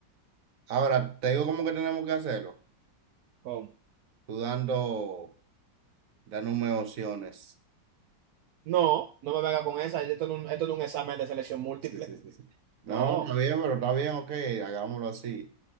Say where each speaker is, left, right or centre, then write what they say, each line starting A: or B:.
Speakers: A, on the right (about 55°); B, on the right (about 70°).
A: Ahora, te digo cómo que tenemos que hacerlo.
B: ¿Cómo?
A: Tú dando, dándome opciones.
B: No, no me venga con esa, esto no, esto no es un examen de selección múltiple.
A: Sí, sí, sí, sí. No,
B: No.
A: está bien, pero está bien, ok, hagámoslo así.